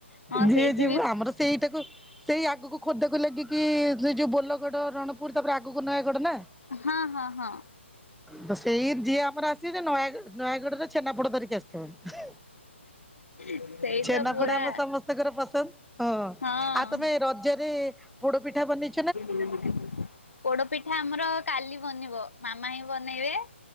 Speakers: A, on the left (about 80°); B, in the centre.
A: ହଁ
B: ଯିଏ
A: ସେଇଠି
B: ଯିବ
A: ବି
B: ଆମର ସେଇଟାକୁ ସେଇ ଆଗକୁ ଖୋର୍ଦ୍ଧାକୁ ଲାଗିକି ସେ ଯୋଉ ବୋଲଗଡ ରଣପୁର ତାପରେ ଆଗକୁ ନୟାଗଡ ନା।
A: ହଁ ହଁ ହଁ।
B: ତ ସେଇ ଯିଏ ଆମର ଆସିବ ସେ ନୟାଗଡ ନୟାଗଡରେ ଛେନାପୋଡ ଧରିକି ଆସିଥିବ।
A: ସେଇଟା
B: ଛେନାପୋଡ
A: ପୁରା
B: ଆମ ସମସ୍ତଙ୍କର ପସନ୍ଦ। ହଁ
A: ହଁ।
B: ଆଉ ତମେ ରଜରେ ପୋଡ଼ ପିଠା ବନେଇ
A: ଏ ପୋଡପିଠା ଆମର କାଲି ବନିବ। ମାମା ହିଁ ବନେଇବେ